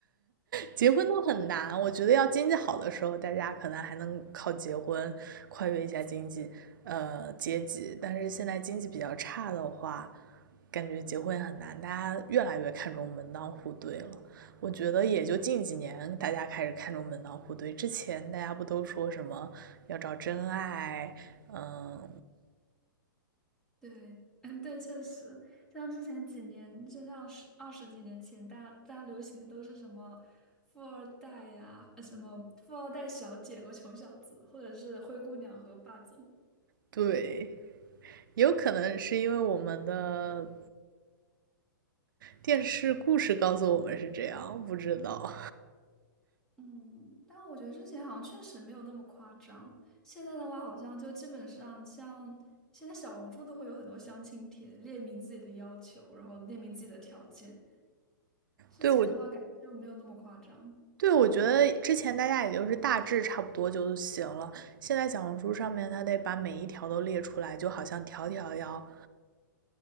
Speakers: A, on the right; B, in the centre.
A: 结婚都很难，我觉得要经济好的时候，大家可能还能靠结婚跨越一下经济呃阶级，但是现在经济比较差的话，感觉结婚也很难，大家越来越看重门当户对了。我觉得也就近几年大家开始看重门当户对，之前大家不都说什么要找真爱，嗯，
B: 对，哎，对，确实，像之前几年，就像十二十几年前，大家大家流行的都是什么富二代呀，呃，什么富二代小姐和穷小子，或者是灰姑娘和霸总。
A: 对，也有可能是因为我们的电视故事告诉我们是这样，不知道。
B: 嗯，但我觉得之前好像确实没有那么夸张。现在的话，好像就基本上像现在小红书都会有很多相亲帖，列明自己的要求，然后列明自己的条件。之前的话，
A: 对，我
B: 感觉就没有那么夸张。
A: 对，我觉得之前大家也就是大致差不多就行了。现在小红书上面，它得把每一条都列出来，就好像条条要